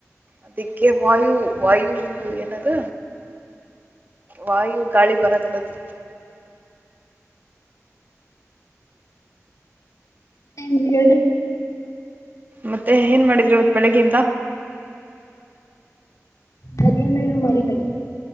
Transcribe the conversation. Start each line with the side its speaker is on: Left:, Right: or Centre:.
Right: ಅದಕ್ಕೆ ವಾಯು ವಾಯು ಏನದ ವಾಯು ಗಾಳಿ ಬರದರದ್ರಿ
Left: ಮೂಡ್ ಹೇಳಿದೆ
Right: ಮತ್ತೆ ಏನ್ ಮಾಡಿದ್ರಿ ಇವತು ಬೆಳಿಗ್ಗೆಯಿಂದ
Left: ರಜೇಂದ ಏನೂ ಮಾಡಲ್ಲಿ